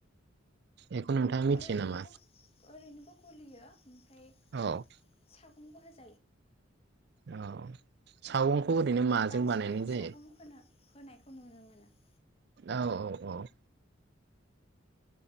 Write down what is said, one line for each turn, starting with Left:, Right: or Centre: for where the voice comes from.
Right: बेखौ नोंथाङा मिथियो
Left: ओरैनोबो
Right: नामा
Left: ओरैनोबो गलियो। <inaudible> ओमफ्राय
Right: औ
Left: सागंबो हो। <inaudible>
Right: औ। सागंखौ ओरैनो माजों
Left: बांसिनानो
Right: बानायनाय जायो।
Left: सागं होनो होनायखौ नुनो मोनो। <inaudible>
Right: औ औ औ।